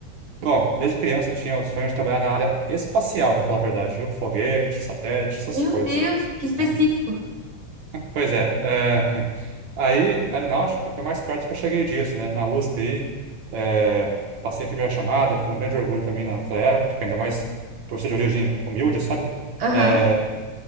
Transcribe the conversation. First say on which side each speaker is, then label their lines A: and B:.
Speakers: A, on the right; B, on the right.
A: bom, desde criança eu tinha o sonho de trabalhar na área espacial, para falar a verdade, viu? Foguete, satélite, essas
B: Meu
A: coisas
B: Deus,
A: aí.
B: que específico.
A: né? Pois é, é, aí aeronáutica foi mais perto que eu cheguei disso, né? Na USP aí, é, passei a primeira chamada, foi um grande orgulho para mim naquela época, ainda mais professor de origem humilde, sabe?
B: Aham,
A: É,